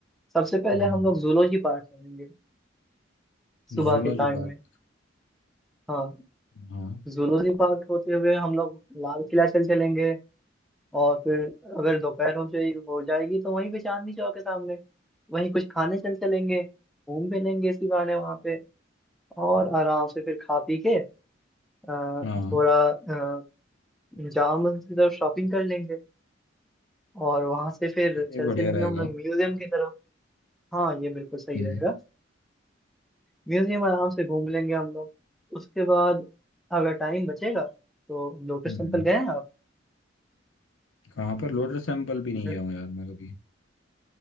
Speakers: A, in the centre; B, on the left.
A: सबसे पहले
B: हम्म
A: हम लोग जूलॉजी पार्क चलेंगे सुबह
B: Zoology
A: के टाइम
B: park
A: में हाँ
B: हाँ
A: जूलॉजी पार्क होते हुए हम लोग लाल किला चल चलेंगे और फिर अगर दोपहर हो जाए हो जाएगी तो वहीं पे चांदनी चौक के सामने वहीं कुछ खाने चल चलेंगे घूम भी लेंगे इसी बहाने वहां पे और आराम से फिर खा पी के अ,
B: हाँ
A: थोड़ा अ, जामा मस्जिद और शॉपिंग कर लेंगे और वहां से फिर
B: ये
A: चल
B: बढ़िया
A: चलेंगे
B: रहेगा
A: हम लोग म्यूजियम की तरफ हाँ ये बिल्कुल सही
B: हम्म
A: रहेगा म्यूजियम आराम से घूम लेंगे हम लोग उसके बाद अगर टाइम बचेगा तो लोटस
B: हम्म
A: टेम्पल गए हैं आप
B: कहाँ पर लोटस टेम्पल भी
A: लोटस
B: नहीं गया हूँ यार मैं कभी